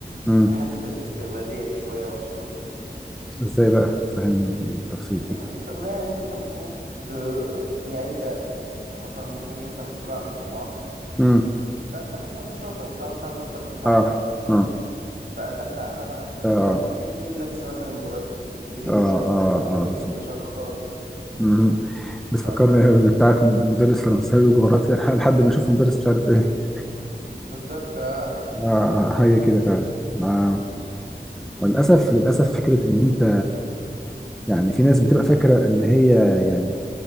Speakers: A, in the centre; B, on the right.
A: امم
B: حته الاستغلاليه دي شويه وحشه برضو
A: ازاي بقى فهمني بالتفصيل
B: يعني
A: كده
B: الاستغلال يعني انت المفروض يعني انت مثلا المفروض ان انت مسؤول عن مهمه واحده
A: امم
B: فانت مثلا شاطر وبتعرف تعمل اكتر من حاجه
A: اه اه
B: فلا تعالى بقى اعمل لنا
A: اه
B: كل الحاجات دي بنفس مثلا المرتب ويبتدي
A: اه
B: يبقى فيه ضغط
A: اه,
B: ويبقى
A: آه. بالظبط
B: فيه تشرطات
A: مهم. بتفكرني
B: ف... ف...
A: <laughs> بتاعت مدرس فرنساوي وجغرافيا <laughs> لحد ما اشوف مدرس مش عارف ايه
B: بالظبط آه، <laughs> ها.
A: آه آه، هي كده فعلا آه وللاسف للاسف فكره ان انت يعني في ناس بتبقى فاكره ان هي يعني